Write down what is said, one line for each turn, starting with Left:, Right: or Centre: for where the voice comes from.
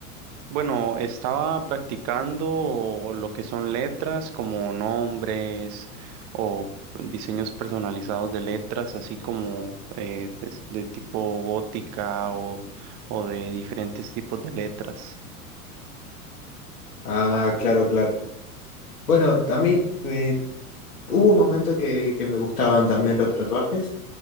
Right: Bueno, estaba practicando lo que son letras como nombres o diseños personalizados de letras, así como eh, es- de, tipo gótica o, o de diferentes tipos de letras.
Left: Ah, claro, claro. Bueno, a mí eh, hubo un momento que, que me gustaban también los tatuajes,